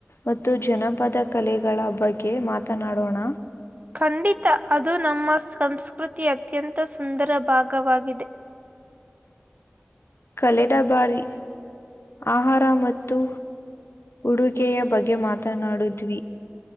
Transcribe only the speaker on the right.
ಖಂಡಿತ ಅದು ನಮ್ಮ ಸಂಸ್ಕೃತಿ ಅತ್ಯಂತ ಸುಂದರ ಭಾಗವಾಗಿದೆ